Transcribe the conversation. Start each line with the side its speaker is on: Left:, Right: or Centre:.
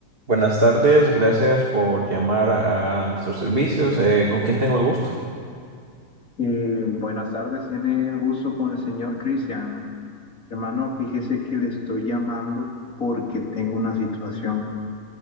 Right: Buenas tardes, gracias por llamar a nuestros servicios. Eh, ¿con quién tengo el gusto?
Left: Eh, buenas tardes, tiene el gusto con el señor Cristian. Hermano, fíjese que le estoy llamando porque tengo una situación.